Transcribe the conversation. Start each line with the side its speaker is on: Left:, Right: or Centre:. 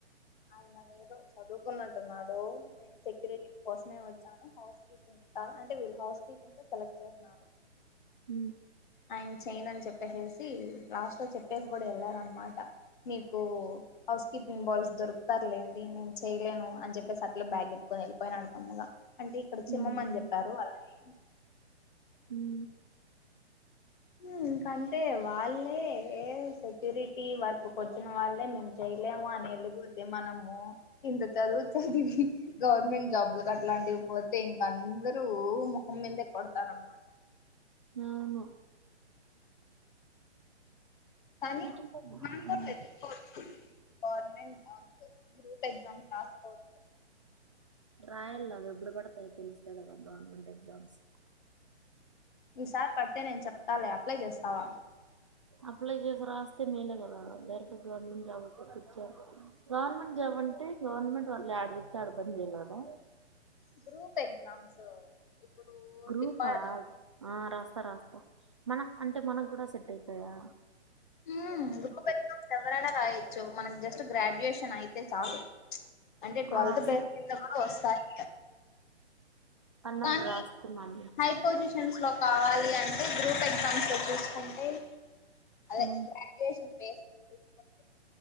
Left: ఆయన ఏదో చదువుకున్నట్టున్నాడు నేను సెక్యూరిటీ కోసమే వచ్చాను హౌస్ కీపింగ్‌కి కాదు అంటే వీళ్ళు హౌస్ కీపింగ్ కే సెలెక్ట్ చేసినారు
Right: ఉమ్మ్
Left: ఆయన చేయనని చెప్పేసేసి లాస్ట్లో చెప్పేసి కూడా వెళ్ళారనమాట మీకు హౌస్ కీపింగ్ బాయ్స్ దొరుకుతారులేండి నేను చేయలేను అని చెప్పేసి అట్లే బ్యాగ్ ఎత్తుకొని వెళ్ళిపోయినాడు కమ్మగా అంటే ఇక్కడ
Right: ఉమ్
Left: చిమ్మమని చెప్పారు వాళ్లని
Right: ఉమ్మ్
Left: హ్మ్ ఇంకంతే వాళ్ళే సెక్యూరి టీ వర్క్‌కి వచ్చిన వాళ్ళే మేము చెయలేము అని ఎళ్ళిపోతే మనము ఇంత చదువు చదివి గవర్నమెంట్ జాబ్లలకు అట్లాంటివి పోతే ఇంక అం దరూ మొహంమీందే కొడతారు అనమాట
Right: అవును
Left: కానీ
Right: వీటిల్లో
Left: నాకు
Right: ఉమ్
Left: వెతుక్కోవచ్చు గర్మెంట్ జాబ్సు గ్రూప్ ఎగ్జామ్స్ రాస్కోవచ్చు
Right: రాయల్లా అవి ఎప్పుడు పడతాయో తెలుస్తే కదా గవర్నమెంట్ ఎగ్జామ్స్
Left: ఈసారి పడితే నేను చెప్తాలే అప్లై చేస్తావా
Right: అప్లై చేసి రాస్తే మేలేకదా డైరెక్ట్ గవర్నమెంట్ జాబ్ వ కొట్టొచ్చు గవర్నమెంట్ జాబ్ అంటే గవర్నమెంట్ వాళ్ళు యడ చెప్తే అడ పని చేయాల కదా
Left: గ్రూప్ ఎగ్జామ్స్ ఇప్పుడు
Right: గ్రూపా
Left: డిపార్
Right: ఆ రాస్తా రాస్తా మన అంటే మనకు కూడా సెట్ అయితాదా
Left: ఊ గ్రూప్ ఎక్జామ్స్ ఎవరైనా రాయచ్చు మన జస్ట్ గ్రాడ్యుయేషన్ అయి అయితే చాలు అంటే ట్వెల్త్
Right: ఆ సరే
Left: బేస్ మీద కూడా వస్తాయి
Right: అన్నప్పుడు
Left: కానీ
Right: రాసుకున్నాను
Left: హై పొజిషన్స్ లో కావాలి అంటే గ్రూప్ ఎగ్జామ్స్ లో చూసుకుంటే అదే
Right: ఉమ్
Left: గ్రాడ్యుయేషన్ బేస్ చూసుకుంటే